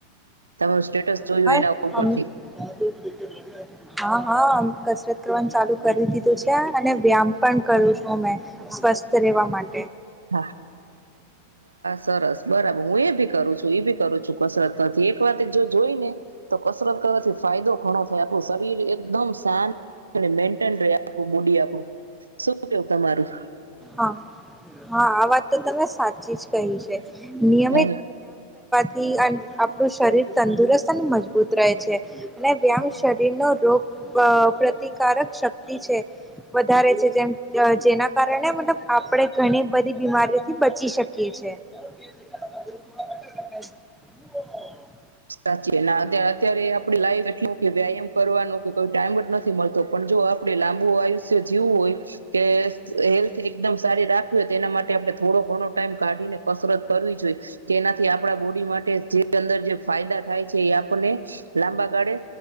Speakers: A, on the right; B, in the centre.
A: <unintelligible> સ્ટેટસ જોયું એના
B: આમ
A: ઉપરથી
B: <inaudible> હા, હા. આમ કસરત કરવાનું ચાલુ કરી દીધું છે અને વ્યામપણ કરું છું. ઓ મે સ્વસ્થ રહેવા માટે
A: હા. સરસ બરાબર હું એ ભી કરું છું એ ભી કરું છું કસરત કરવાથી એક વાત જો જોઈ ને તો કસરત કરવાથી ફાયદો ઘણો થાય આપું શરીર એકદમ શાંત મેન્ટન રેય આપડું બોડી આપણું, શું કેવું તમારું?
B: હા હા વાત તો તમે સાચી જ કહી છે. નિય.
A: હેને
B: કી આપણું શરીર તંદુરસ્ત અને મજબૂત રહે છે. અને વ્યામ શરીરનો રોગ પ્ર પ્રતિકારક શક્તિ છે વધારે છે જેમ જેના કારણે મતલબ આપણે ઘણી બધી બીમારીઓથી બચી શકીએ છીએ. <inaudible>
A: સાચી અત્યારે આપડી લાઈફ એટલું કે વ્યાયામ કરવાનો કે કોઈ ટાઈમ જ નથી મળતો, પણ જો આપડણે લાંબુ આયુષ્ય જીવું હોય કે હેલ્થ એકદમ સારી રાખવી હોય તો તેના માટે આપડણે થોડો ઘણો ટાઈમ કાઢીને કસરત કરવી જોઈએ કે એનાથી આપણા બોડી માટે જે અંદર જે ફાયદા થાય છે એ આપણને લાંબા ગાળે